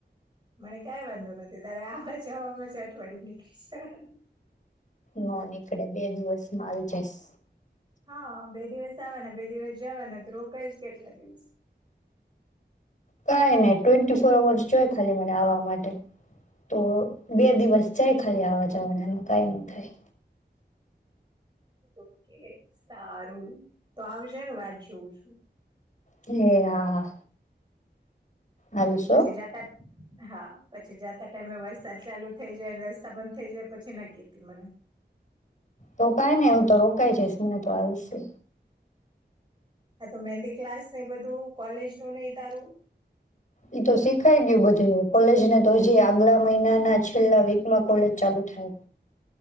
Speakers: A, on the right; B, on the left.
A: મને કાંઈ વાંધો નથી, તારે આવા જવામાં જ અઠવાડિયું નીકળી જા હે.
B: નો નીકડે. બે દિવસમાં આવી જઈશ.
A: હાં, બે દિવસ આવવાના બે દિવસ જાવાના, તો રોકાઈશ કેટલા દિવસ?
B: કાંઈ નઈ ટ્વેન્ટી ફોર અવર્સ જોય ખાલી મને આવા માટે, તો બે દિવસ જાય ખાલી આવા જાવાના એનું કાંઈ ન થાય.
A: ઓકે, સારું તો આવજેને વાટ જોઉું છું.
B: હે હા હા. આવીશ
A: પછી
B: હો
A: જાતાત, હા પછી જાતાત તમે વરસાદ ચાલુ થઈ જાય રસ્તા બંધ થઇ જાય પછી ન કેતી મને
B: રોકાય ને હું તો રોકાય જઈશ મને તો આલશે
A: હા તો મહેન્ડી ક્લાસ ને એ બધું કોલેજનું ને એ તારું.
B: ઈ તો શીખાય ગયું બધે કોલેજને તો હજી આગલા મહિનાના છેલ્લા વીકમાં કોલેજ ચાલુ થાય